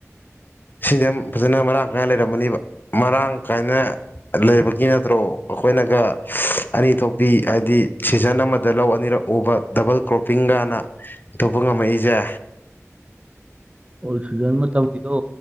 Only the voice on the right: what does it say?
ꯑꯣꯜ ꯁꯤꯖꯟ ꯃꯇꯝꯒꯤꯗꯣ